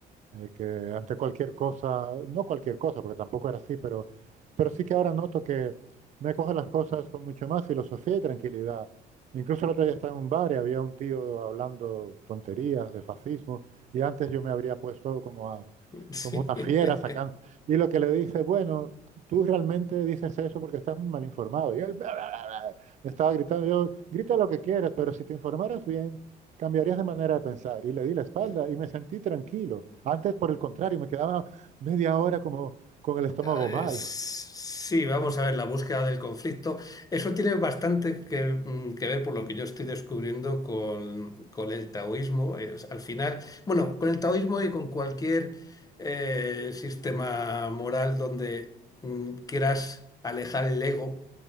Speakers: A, on the right; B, on the left.
A: eh, que ante cualquier cosa, no cualquier cosa, porque tampoco era así, pero, pero sí que ahora noto que me coge las cosas con mucho más filosofía y tranquilidad. Incluso el otro día estaba en un bar y había un tío hablando tonterías de fascismo, y antes yo me habría puesto como a,
B: <laughs>
A: como una fiera sacando. Y lo que le dije bueno, tú realmente dices eso porque estás mal informado. Y él bla, bla, bla, bla, me estaba gritando, yo, grita lo que quieras, pero si te informaras bien, Cambiarías de manera de pensar. Y le di la espalda
B: Sí.
A: y me sentí tranquilo. Antes, por el contrario, me quedaba media hora como con el estómago
B: Eh,
A: mal.
B: Sí, vamos a ver, la búsqueda del conflicto. Eso tiene bastante que, mm, que ver por lo que yo estoy descubriendo con, con el taoísmo. Es- al final, bueno, con el taoísmo y con cualquier eh, sistema moral donde mm, quieras alejar el ego